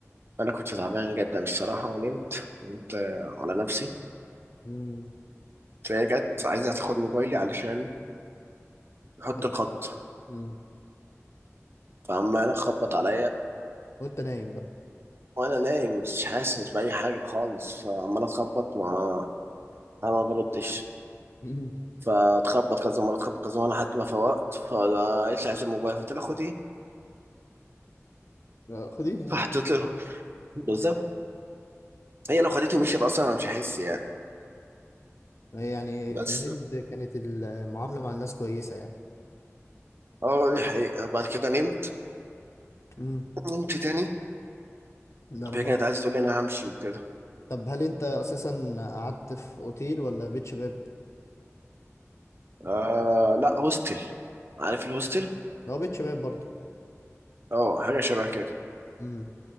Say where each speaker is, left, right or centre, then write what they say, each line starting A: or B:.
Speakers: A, on the right; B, on the left.
A: انا كنت تعبان جدا الصراحه ونمت نمت على نفسي
B: مم.
A: فهي جت عايزه تاخد موبايلي علشان احط
B: حط-
A: الخط
B: مم.
A: فعمال اخبط عليا
B: وانت نايم بقى
A: وانا نايم مش حاسس باي حاجه خالص فعمال اتخبط ما انا ما بردش
B: <laughs> مم.
A: فاتخبط كذا مره اتخبط كذا مره لحد ما فوقت فلقيت لي عايز الموبايل فقلت لها خديه
B: آه، خديه
A: فحطيت له بالظبط هي لو خدته ومشيت اصلا انا مش هحس يعني
B: يعني
A: بس
B: في الهند كانت المعاملة مع الناس كويسة يعني
A: اه دي حقيقه بعد كده نمت
B: مم.
A: نمت تاني
B: ده انا
A: فهي
B: مرة
A: كانت عايزه تقول لي انا همشي وكده
B: طب هل انت اساسا قعدت في اوتيل ولا بيت شباب
A: آه لا هوستل عارف الهوستل
B: هو بيت شباب برضه
A: اه حاجه شبه كده
B: مم.